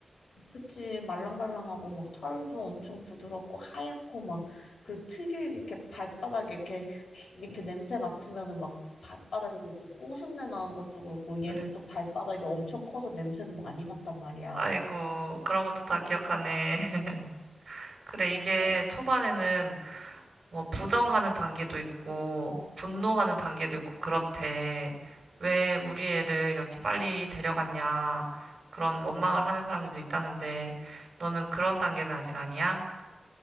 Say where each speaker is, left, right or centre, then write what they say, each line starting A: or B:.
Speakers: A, on the left; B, on the right.
A: 그치, 말랑말랑하고 막 털도 엄청 부드럽고 하얗고 막 그 특유의 이렇게 발바닥에 이렇게 이렇게 냄새 맡으면은 막 발바닥에서 이렇게 꼬순내 나는 것도 그렇고 얘는
B: 그래.
A: 또 발바닥이 엄청 커서 냄새도 많이 났단 말이야.
B: 아이고, 그런 것도 다 기억하네. <laughs> 그래, 이게
A: 어.
B: 초반에는 뭐 부정하는 단계도 있고, 분노하는 단계도 있고, 그렇대. 왜 우리 애를 이렇게 빨리 데려갔냐. 그런 원망을 하는 사람들도 있다는데, 너는 그런 단계는 아직 아니야?